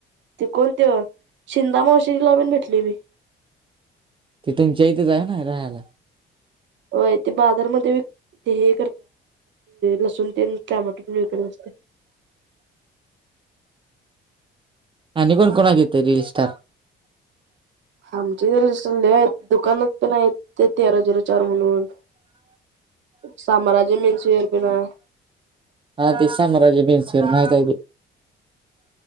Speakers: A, on the right (about 65°); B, on the right (about 25°).
A: ते कोणते शिंदे मावशीला पण भेटली
B: ते तुमच्या इथे आहे ना राहायला.
A: होय ते बाजारा मध्ये लसूण टमाॅटो विकत असते
B: आणि कोण कोण आले रील स्टार
A: आमचे ज सले आहेत दुकानात पण आहेत ते तेरा झिरो चार म्हणून <unintelligible> साम्राज्य मेन्स वेयर पिन हाय.
B: हा ते साम्राज्यमेन्स माहितेय की